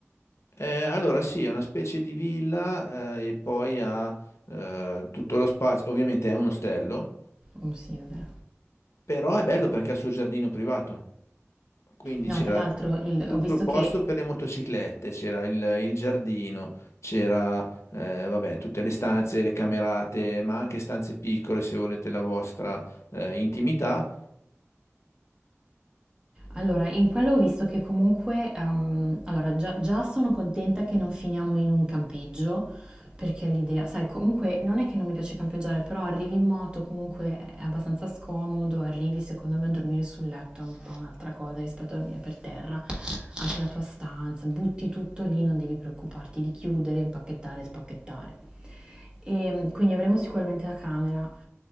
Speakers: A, on the left (about 65°); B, on the right (about 20°).
A: Eh, allora sì, è una specie di villa eh, e poi ha eh, tutto lo spazio, ovviamente è un ostello,
B: Oh, sì, vabbè.
A: però è bello perché ha il suo giardino privato. Quindi
B: No,
A: c'era
B: tra l'altro il-
A: tutto
B: ho visto
A: il posto
B: che
A: per le motociclette, c'era il, il giardino, c'era eh, vabbè, tutte le stanze, le camerate, ma anche stanze piccole se volete la vostra eh, intimità.
B: Allora, in quello ho visto che comunque, ehm, allora già, già sono contenta che non finiamo in un campeggio, perché l'idea, sai, comunque non è che non mi piace campeggiare, però arrivi in moto, comunque è abbastanza scomodo, arrivi secondo me a dormire sul letto è un po' un'altra cosa rispetto a dormire per terra, anche la tua stanza, butti tutto lì, non devi preoccuparti di chiudere, impacchettare, spacchettare. E, quindi avremo sicuramente la camera.